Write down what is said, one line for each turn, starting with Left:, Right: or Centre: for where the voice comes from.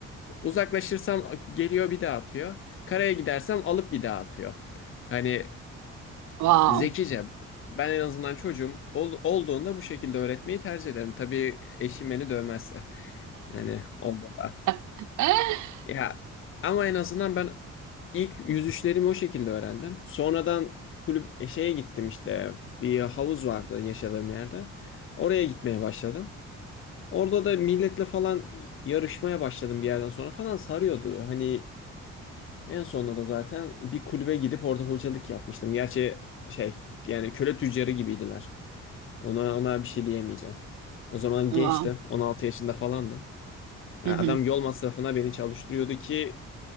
Left: Uzaklaşırsam geliyor bir daha atıyor. Karaya gidersem alıp bir daha atıyor. Hani
Right: Wow.
Left: Zekice. Ben en azından çocuğum ol- olduğunda bu şekilde öğretmeyi tercih ederim. Tabii eşim beni dövmezse. Yani olduğunda.
Right: <laughs>
Left: Ya ama en azından ben ilk yüzüşlerimi o şekilde öğrendim. Sonradan kulüp e, şeye gittim işte bir havuz vardı yaşadığım yerde. Oraya gitmeye başladım. Orada da milletle falan yarışmaya başladım bir yerden sonra falan sarıyordu. Hani en sonunda da zaten bir kulübe gidip orada hocalık yapmıştım. Gerçi şey yani köle tüccarı gibiydiler. Ona ona bir şey diyemeyeceğim. O zaman
Right: Wow.
Left: gençtim. on altı yaşında falandım. Yani
Right: Hı hı.
Left: adam yol masrafına beni çalıştırıyordu ki